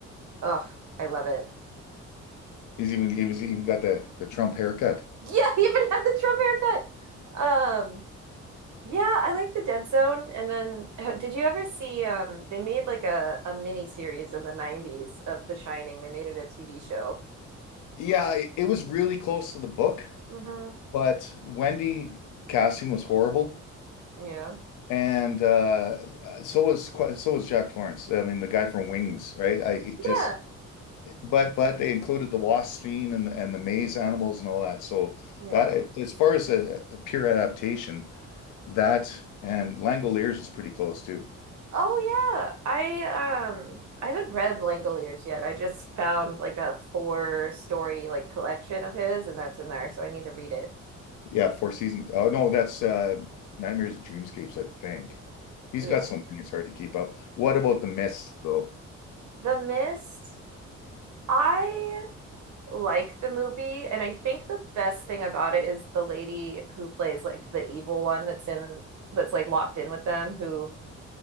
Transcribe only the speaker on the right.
oh, I love it. <laughs>
Yeah, he even had the Trump haircut. Um, Yeah, I like the Dead Zone. And then h- did you ever see um they made like a a mini series in the 90s of The Shining. They made it a TV show.
Mm-hmm.
Yeah.
Yeah.
Yeah.
Oh yeah. I um I haven't read Langoliers yet. I just found like a four story like collection of his and that's in there, so I need to read it.
Yeah.
The Mist. I like the movie, and I think the best thing about it is the lady who plays like the evil one that's in that's like locked in with them who,